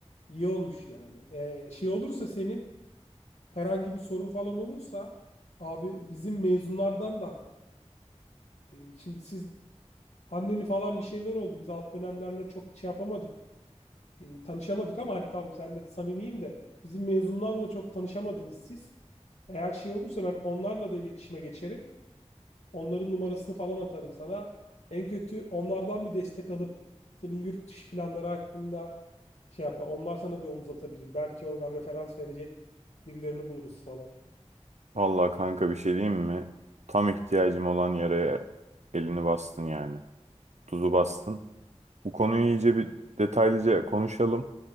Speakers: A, on the left (about 85°); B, on the right (about 75°).
A: İyi olmuş yani. Ee, şey olursa senin herhangi bir sorun falan olursa abi bizim mezunlardan da e, şimdi siz pandemi falan bir şeyler oldu. Biz alt dönemlerle çok şey yapamadık. e, tanışamadık ama hani tamam sen de samimiyim de bizim mezunlarla çok tanışamadınız siz. Eğer şey olursa ben onlarla da iletişime geçerim. Onların numarasını falan atarım sana. En kötü onlardan bir destek alıp senin yurt dışı planları hakkında şey yapar. Onlar sana bir omuz atabilir. Belki oradan referans verecek birilerini buluruz falan.
B: Vallahi kanka bir şey diyeyim mi? Tam ihtiyacım olan yere elini bastın yani. Tuzu bastın. Bu konuyu iyice bir detaylıca konuşalım.